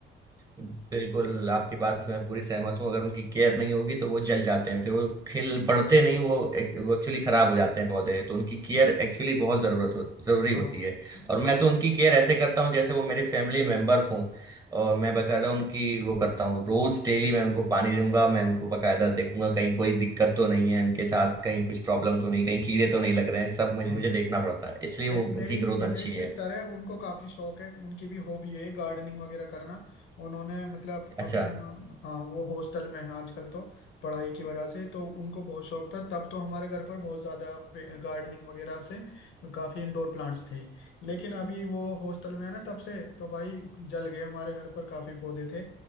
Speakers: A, on the right; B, on the left.
A: बिल्कुल आपकी बात से मैं पूरी सहमत हूँ अगर उनकी केयर नहीं होगी तो वो जल जाते हैं फिर वो खिल बढ़ते नहीं वो एक- वो एक्चुअली खराब हो जाते हैं पौधे तो उनकी केयर एक्चुअली बहुत जरूरत हो, जरूरी होती
B: हाँ
A: है
B: हम्म,
A: और मैं तो उनकी केयर ऐसे करता हूँ जैसे वो मेरे फैमिली मेंबर्स हों और मैं बकायदा उनकी वो करता हूँ रोज डेली मैं उनको पानी दूंगा मैं उनको बकायदा देखूंगा कहीं कोई दिक्कत तो नहीं है उनके साथ कहीं कुछ प्रॉब्लम तो नहीं कहीं कीड़े तो नहीं लग रहे हैं सब मुझे
B: हाँ
A: मुझे देखना पड़ता है इसलिए
B: मे,
A: वो
B: मेरी
A: उनकी ग्रोथ अच्छी
B: मेरी सिस्टर
A: है
B: है उनको काफी शौक है उनकी भी हॉबी है गार्डनिंग वगैरह करना उन्होंने मतलब
A: अच्छा
B: अपने वहाँ- हाँ वो हॉस्टल में है आजकल तो पढ़ाई की वजह से तो उनको बहुत शौक था तब तो हमारे घर पर बहुत ज्यादा गार्डनिंग वगैरह से काफी इंडोर प्लांट्स थे लेकिन अभी वो हॉस्टल में है ना तब से तो भाई जल गए हमारे घर पर काफी पौधे थे